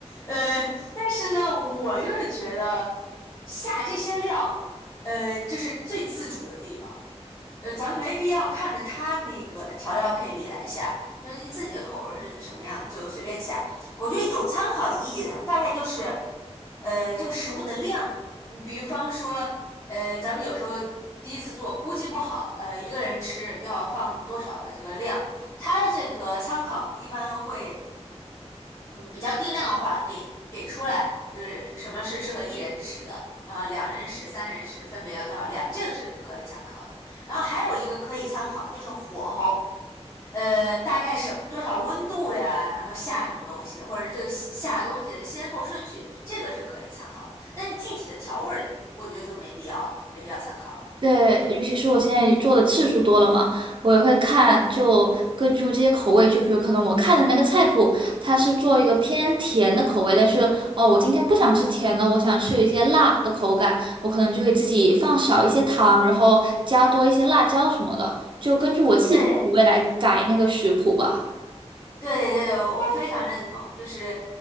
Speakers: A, on the left; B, on the right.
A: 呃，但是呢，我就是觉得下这些料，呃，就是最自主的地方。呃，咱们没必要看着他那个调料配比来下，因为你自己的口味是什么样就随便下。我觉得有参考意义的大概就是，呃，这个食物的量，你比方说，呃，咱们有时候第一次做估计不好，呃，一个人吃要放多少这个量，它这个参考一般会。嗯，比较定量的话，给给出来，就是什么是适合一人食的，然后两人食、三人食分别要多少量，这个是可以参考的。然后还有一个可以参考的就是火候，呃，大概是多少温度呀，然后下什么东西，或者是这个下东西的先后顺序，这个是可以参考的。但是具体的调味儿，我觉得就没必要了，没必要参考了。
B: 对，尤其是我现在做的次数多了嘛，我也会看，
A: 嗯，
B: 就根据这些口味，就比如可能我看的那个菜谱，它是做一个偏甜的口味，但是哦，我今天不想吃甜的，我想吃一些辣的口感，我可能就会自己放少一些糖，然后加多一些辣椒什么的，就根据我自己的口味来改那个食谱吧。
A: 对。对对，我我非常认同，就是，